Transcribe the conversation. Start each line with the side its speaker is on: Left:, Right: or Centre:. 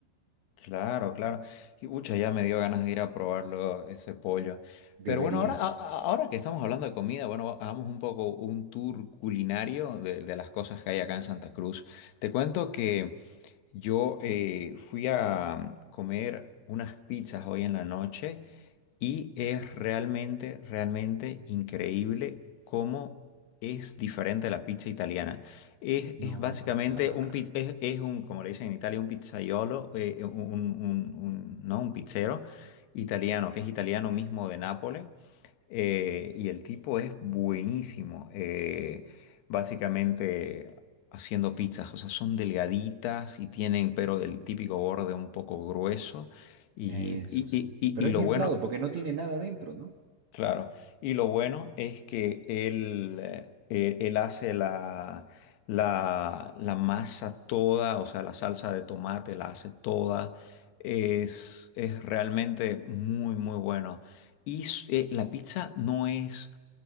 Left: claro, claro. Y pucha, ya me dio ganas de ir a probarlo ese pollo.
Right: Deberías.
Left: Pero bueno, ahora, a- a- ahora que estamos hablando de comida, bueno, hagamos un poco un tour culinario de, de las cosas que hay acá en Santa Cruz. Te cuento que yo eh, fui a comer unas pizzas hoy en la noche Y es realmente, realmente increíble cómo es diferente la pizza italiana. Es,
Right: No,
Left: es básicamente
Right: pues claro,
Left: un, pi- es, es un, como le dicen en Italia, un pizzaiolo, eh, eh, un, un- un- no, un pizzero italiano, que es italiano mismo de Nápoles. eh, y el tipo es buenísimo, eh, básicamente haciendo pizzas. O sea, son delgaditas y tienen, pero el típico borde un poco grueso. y,
Right: eso
Left: y
Right: sí.
Left: y- y-
Right: Pero
Left: y
Right: es
Left: lo
Right: inflado
Left: bueno...
Right: porque no tiene nada dentro, ¿no?
Left: Claro, y lo bueno es que él, eh, eh, él hace la, la, la masa toda, o sea, la salsa de tomate la hace toda. Es, es realmente muy, muy bueno. Y s- eh, la pizza no es